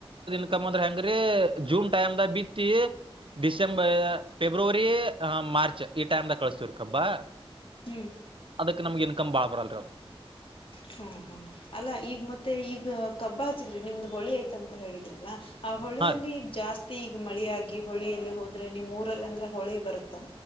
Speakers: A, on the right (about 60°); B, on the left (about 65°).
A: ಇಕ್ಕಂದ್ರೆ ಹಂಗ್ರಿ ಜೂನ್ ಟೈಮ್ ದಾಗ ಬಿತ್ತಿ ಡಿಸೆಂಬರ್ ಫೆಬ್ರವರಿ ಮಾರ್ಚ್ ಈ ಟೈಮ್ ದಾಗ ಕಳಸ್ತವ್ರ ಕಬ್ಬಾ
B: ಹ್ಮ್
A: ಅದಕ್ಕೆ ನಮಗೆ ಇನ್ಕಮ ಬಾಳ ಬರಲ್ರಿದು
B: ಹ್ಮ ಹ್ಮ ಅಲ್ಲಾ ಈಗ ಮತ್ತೆ ಈಗ ಕಬ್ಬ ಹಚ್ಚಿದ್ರಿ ನಿಮ್ದ್ ಹೊಳಿ ಆಯ್ತಂತ ಹೇಳಿದ್ರಲ್ಲ ಆ ಹೊಳಿಯಲ್ಲಿ
A: ಹಾ ರೀ
B: ಜಾಸ್ತಿ ಈಗ ಮಳೆ ಆಾಗಿಿ ಹೋಳಿಯಲ್ಲಿ ಹೋದ್ರೆ ನಿ್ಮೂರಲ್ಲಿ ಅಂದ್ರೆ ಹೊಳೆ ಬರುತ್ತಾ